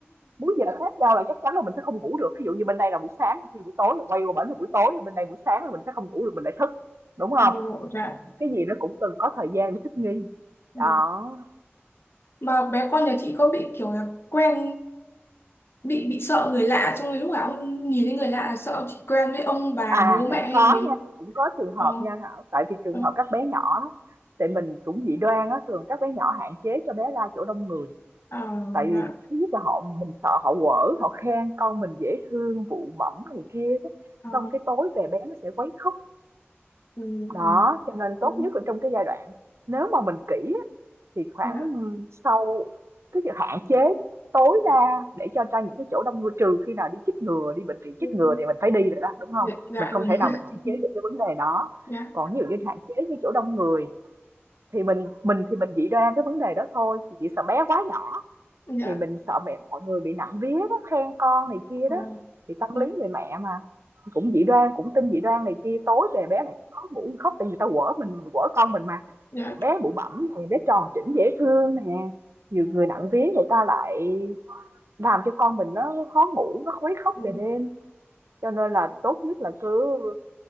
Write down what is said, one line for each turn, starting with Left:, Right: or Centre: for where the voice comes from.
Right: múi giờ khác nhau là chắc chắn là mình sẽ không ngủ được ví dụ như bên đây là buổi sáng bên kia buổi tối rồi quay qua bển là buổi tối bên đây buổi sáng là mình sẽ không ngủ được mình lại thức đúng không
Left: <laughs> Dạ.
Right: cái gì nó cũng cần có thời gian để thích nghi
Left: Ờ.
Right: đó
Left: mà bé con nhà chị có bị kiểu là quen bị bị sợ người lạ xong rồi lúc nào cũng nhìn thấy người lạ là sợ chỉ quen với ông bà
Right: À,
Left: bố mẹ
Right: cũng
Left: hay
Right: có
Left: gì không
Right: nha, cũng có trường hợp
Left: ờ
Right: nha Thảo, tại vì trường
Left: ừ.
Right: hợp các bé nhỏ á, tại mình cũng dị đoan á, thường các bé nhỏ hạn chế cho bé ra chỗ đông người.
Left: ờ
Right: Tại
Left: dạ
Right: vì thứ nhất là họ mình sợ họ quở, họ khen con mình dễ thương, vụ bẩm này kia đó.
Left: ờ
Right: Xong cái tối về bé nó sẽ quấy khóc.
Left: ừ,
Right: Đó,
Left: ừ,
Right: cho nên tốt
Left: ừ,
Right: nhất là trong cái giai đoạn nếu mà mình kỹ thì khoảng,
Left: ừ, dạ
Right: sau tức là hạn chế tối đa để cho ra những cái chỗ đông người, trừ khi nào đi chích ngừa, đi bệnh viện
Left: ừ,
Right: chích ngừa
Left: ừ.
Right: thì mình phải đi rồi đó, đúng không
Left: dạ dạ
Right: Mình không
Left: đúng
Right: thể nào
Left: <laughs>
Right: mình hạn chế được cái vấn đề đó.
Left: dạ
Right: Còn ví dụ như hạn chế những chỗ đông người thì mình mình thì mình chỉ đoan cái vấn đề đó thôi, chỉ sợ bé quá nhỏ.
Left: dạ
Right: Thì mình sợ mẹ mọi người bị nặng vía đó, khen con này kia
Left: ờ,
Right: đó, thì tâm
Left: dạ
Right: lý người mẹ mà, cũng dị đoan, cũng tin dị đoan này kia, tối về bé này khó ngủ khóc thì người ta quở mình quở con mình mà.
Left: dạ
Right: Bé bụ bẫm nè, bé tròn chỉnh dễ thương nè, nhiều người nặng vía người ta lại làm cho con mình nó khó ngủ, nó khuấy khóc
Left: ừ,
Right: về đêm. Cho nên là tốt nhất là cứ